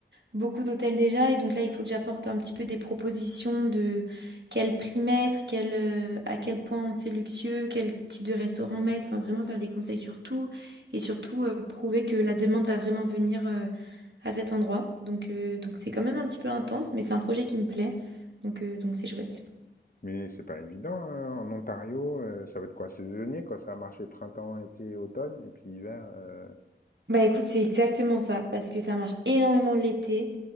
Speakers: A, on the right; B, on the left.
A: beaucoup d'hôtels déjà et donc là il faut que j'apporte un petit peu des propositions de quel prix mettre, quel, euh, à quel point on c'est luxueux, quel type de restaurant mettre, enfin vraiment faire des conseils sur tout et surtout euh, prouver que la demande va vraiment venir euh, à cet endroit. Donc euh, donc c'est quand même un petit peu intense mais c'est un projet qui me plaît donc euh, donc c'est chouette.
B: Mais c'est pas évident. hein. En Ontario, euh, ça va être quoi? Saisonnier, quoi. Ça va marcher printemps, été, automne, et puis hiver. euh,
A: Bah écoute, c'est exactement ça, parce que ça marche énormément l'été.